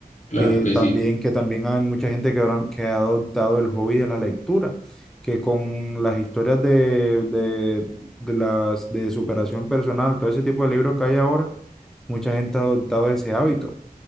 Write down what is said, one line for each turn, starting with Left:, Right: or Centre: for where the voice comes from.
Left: claro
Centre: que
Left: que
Centre: también,
Left: sí.
Centre: que también hay mucha gente que, ahora, que ha adoptado el hobby de la lectura, que con las historias de, de, de las, de superación personal, todo ese tipo de libros que hay ahora mucha gente ha adoptado ese hábito